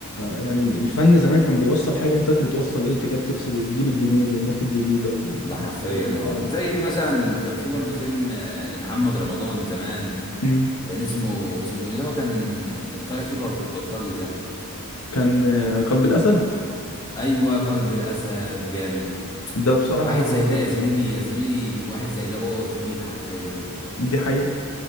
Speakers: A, on the left; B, on the left.
A: يعني الفن زمان كان بيوصل حاجة انت دلوقتي بتوصل ايه انت كده بتفسد الجيل الجديد والناس الجديدة والاجيال
B: ده حرفيا
A: اللي طالعة
B: اه زي مثلا كان في برضه فيلم آه، لمحمد رمضان زمان
A: امم
B: كان اسمه اسمه ايه اللي هو كان كان طالع فيه بل- بلطجي ده
A: كان آه، قلب الأسد
B: ايوه قلب الاسد جامد
A: ده بصراحة
B: واحد زي ده يا زميلي يا زميلي واحد زي ده بوظ جيل حرفيا
A: دي حقيقة